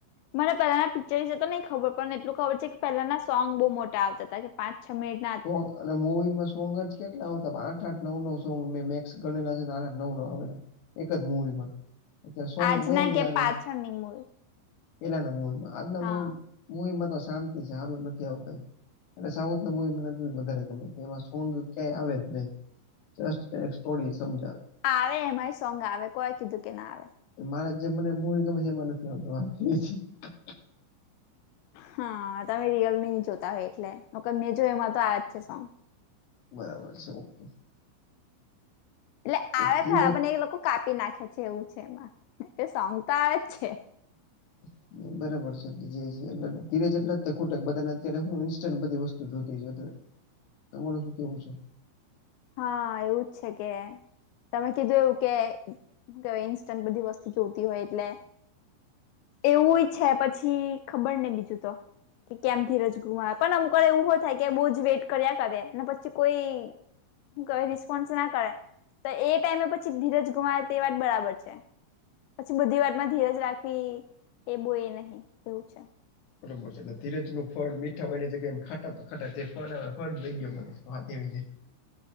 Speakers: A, on the left; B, on the left.
A: મને પહેલાના પિક્ચર વિસે તો નહીં ખબર પણ એટલું ખબર છે કે પહેલાના સોંગ બહુ મોટા આવતા હતા કે પાંચ છ મિનિટ
B: સોંગ અને મવીમાં સોંગ જ કેટલા આવતા આઠ આઠ નવ નો સોંગ મેં મેક્સ ગણેલા છે ને આઠ આઠ નવ નવ આવેલા એક જ મુવીમાં અત્યારે સોંગ
A: આજના
B: વયા ગયાને
A: કે પાછળની મૂવી
B: પેલા ના મુવીમાં આજ ના
A: હા
B: મુવીમા મવી માં તો શાંતિ છે સારું જ નથી આવતું અને સાઉથ ના મવીમાં વધારે ગમે કે એમાં સોંગ ક્યાંય આવે જ નહી જ સ્ટોરી સમજાવે
A: આવે એમારી સોંગ આવે કોઈ કીધું કે ના આવે
B: મારે જે મને મુવી ગમે એમાં નથી આવતા <unintelligible>
A: હા તમે રિયલ નહી જોતા હોય એટલે મેં જો એમાં તો આવે જ છે સોંગ
B: બરાબર છે ઓકે
A: એટલે
B: તો
A: આવે
B: ધીરજ
A: ખરા પણ એ લોકો કાપી નાખે છે એવું છે એમાં એટલે સોંગ તો આવે જ છે
B: <unintelligible> બરાબર છે એટલે જે એટલે ધીરેજ એટલે જ ખોટક બધાને અત્યારે હું ઇન્સ્ટ બધી વસ્તુ જોતી હોય એટલે તમાર શું કેવું છે
A: હા એવું જ છે કે તમે કીધું એવું કે ક ઇન્સ્ટન્ટ બધી વસ્તુ જોતી હોય એટલે એવું છે પછી ખબર ને બીજું તો કેમ ધીરજ ગુમાવે પણ અમુક એવું હો થાય કે બહુ જ વેટ કર્યા કરે ને પછી કોઈ કઈ રિસ્પોન્સ ના કરે તો એ ટાઈમે પછી ધીરજ ગુમાવે તે વાત બરાબર છે પછી બધી વાત માં ધીરજ રાખવી એ બો એ નહીં એવું છે
B: બરોબર છે એટલે ધીરજ નું ફળ મીઠા હોય ની જગ્યા એમ ખાટા તો ખાટ તે ફળ ફળ દઈ ગયો મનેત વાત એવી છે